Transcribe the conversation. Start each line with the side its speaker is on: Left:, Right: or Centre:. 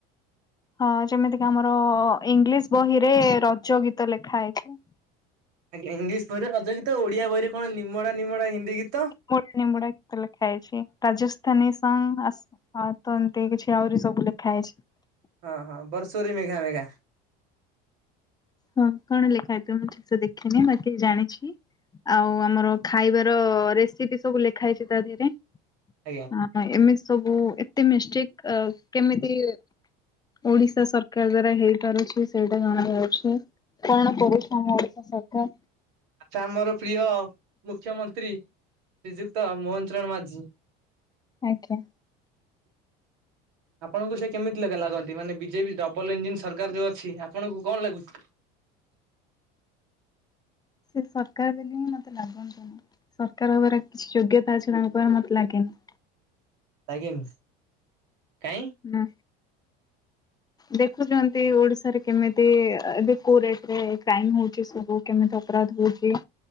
Left: ହଁ ଯେମିତିକି ଆମର ଇଂଲିଶ ବହିରେ ରଜ ଗୀତ ଲେଖା ହେଇଛି।
Right: ଆଜ୍ଞା ଇଂଲିଶ ବହିରେ ରଜ ଗୀତ ଓଡ଼ିଆ ବହିରେ କଣ ନିମୋଡା ନିମୋଡା ହିନ୍ଦୀ ଗୀତହ
Left: ମୋଡ ନିମ୍ବୁଡା ଗୀତ ଲେଖା ହେଇଛି ରାଜସ୍ଥାନୀ ସଙ୍ଗ ଆ ହଁ ତ ଏମତି କିଛି ଆହୁରି ସବୁ ଲେଖା ହେଇଛି।
Right: ହଁ ହଁ ବର୍ଷୋରେ ମେଘା ମେଘା।
Left: ହଁ କଣ ଲେଖା ହେଇଥିବ ମୁଁ ଠିକସେ ଦେଖିନି ବାକି ଜାଣିଛି। ଆଉ ଆମର ଖାଇବାର ରେସିପି ସବୁ ଲେଖା ହେଇଛି ତା ଦିହେରେ।
Right: ଆଜ୍ଞା।
Left: ହଁ ଏମିତି ସବୁ ଏତେ ମିଷ୍ଟେକ୍ ଅ କେମିତି ଓଡି଼ଶା ସରକାର ଦ୍ଵାରା ହେଇ ପାରୁଛି ସେଇଟା ଜଣା ଯାଉଛି। କାରଣ ପରିଶ୍ରମ ଓଡ଼ିଶା ସରକାର
Right: ଆଚ୍ଛା ଆମର ପ୍ରିୟ ମୁଖ୍ୟମନ୍ତ୍ରୀ ଶ୍ରୀଯୁକ୍ତ ମୋହନ ଚରଣ ମାଝୀ।
Left: ଆଜ୍ଞା।
Right: <inaudible> ଆପଣଙ୍କୁ ସେ କେମିତି ଲେଗା ଲାଗନ୍ତି? ମାନେ ବିଜେପି ଡବଲ୍ ଇଞ୍ଜିନ୍ ସରକାର ଯୋଉ ଅଛି ଆପଣଙ୍କୁ କଣ ଲାଗୁଚି?
Left: ସେ ସରକାର ବୋଲି ହିଁ ମୋତେ ଲାଗନ୍ତିନି। ସରକାର ହେବାର କିଛି ଯୋଗ୍ୟତା ଅଛି ତାଙ୍କ ପାଖେ ମୋତେ ଲାଗେନି।
Right: ଲାଗେନି, କାଇଁ?
Left: ନା।
Right: <inaudible>
Left: ଦେଖୁଛନ୍ତି ଓଡିଶାରେ କେମିତି ଏବେ କୋଉ ରେଟ ରେ କ୍ରାଇମ ହଉଛି ସବୁ। କେମିତି ଅପରାଧ ହଉଚି।